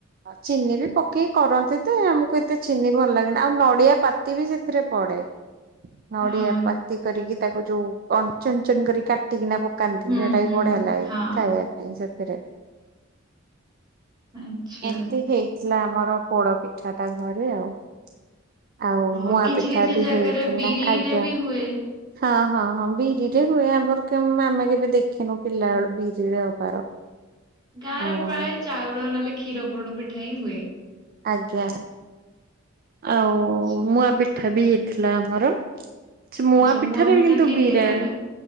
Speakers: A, on the right; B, on the right.
A: ଆଉ ଚିନି ବି ପକେଇ କରନ୍ତି ଯେ ଆମକୁ ଏତେ ଚିନି ଭଲ ଲାଗେନି ଆଉ ନଡିଆ ପାତି ବି ସେଥିରେ ପଡେ। ନଡିଆ
B: ହଁ
A: ପାତି କରିକି ତାକୁ ଯୋଉ କଣ ଚୁନ ଚୁନ କରି କାଟିକିନା ପ କାନ୍ତି
B: ହୁଁ
A: ସେଇଟା
B: ହୁଁ
A: ବି ବଢିଆ ହେଲା
B: ହଁ
A: ଖାଇବା ପାଇଁ ସେଥିରେ।
B: ଆଚ୍ଛା।
A: ଏମିତି ହେଇଥିଲା ଆମର ପୋଡ ପିଠା ଟା ଘରେ ଆଉ। ଆଉ
B: ଓହୋ
A: ମୁଆଁ
B: କିଛି
A: ପିଠା
B: କିଛି
A: ବି
B: ଜାଗାରେ
A: ହେଇଥିଲା
B: ବିରିରେ
A: ଆଜ୍ଞା।
B: ବି ହୁଏ।
A: ହଁ ହଁ ହଁ ବିରିରେ ହୁଏ ଆମର କେ ଆମେ କେବେ ଦେଖେିନୁ। ପିଲା ବେଳୁ ବିରି ରେ ହବାର।
B: ଗାଁ
A: ହଁ
B: ରେ ପ୍ରାୟ ଚାଉଳ ନହେଲେ କ୍ଷୀର ପୋଡ ପିଠା ହିଁ ହୁଏ।
A: ଆଜ୍ଞା ଆଉ
B: ଆଚ୍ଛା
A: ମୁଆଁ ପିଠା ବି ହେଇଥିଲା ଆମର ସେ ମୁଆଁ
B: ଆଚ୍ଛା
A: ପିଠରେ
B: ପିଠା
A: କିନ୍ତୁ
B: କେମିତି
A: ବିରି।
B: କଲେ?